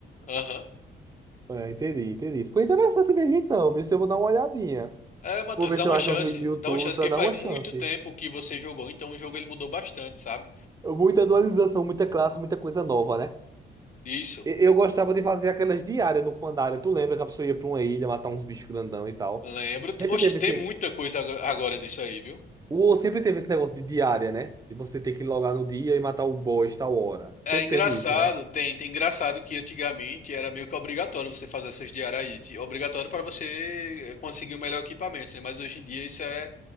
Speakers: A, on the left; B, on the right.
A: Aham.
B: Ah, entendi, entendi. Ficou interessante mesmo então. Vê se eu vou dar uma olhadinha.
A: É, Matheus,
B: Vou ver
A: dá
B: se
A: uma
B: eu acho
A: chance.
B: uns vídeos no YouTube
A: Dá uma chance,
B: para
A: porque
B: dar
A: faz
B: uma
A: muito
B: chance.
A: tempo que você jogou, então o jogo ele mudou bastante, sabe?
B: Muita atualização, muita classe, muita coisa nova, né?
A: Isso.
B: E- Eu gostava de fazer aquelas diárias no Pandaria. Tu lembra que a pessoa ia pra uma ilha matar uns bichos grandão e tal?
A: Lembro.
B: Sempre
A: Oxe,
B: teve
A: tem
B: esse.
A: muita coisa ago- agora disso aí, viu?
B: O, sempre teve esse negócio de diária, né? De você ter que logar no dia e matar o boss tal hora. Sempre
A: É engraçado,
B: teve isso, né?
A: tem, tem engraçado que antigamente era meio que obrigatório você fazer essas diaraíte, obrigatório para você eh, conseguir o melhor equipamento, né? Mas hoje em dia isso é,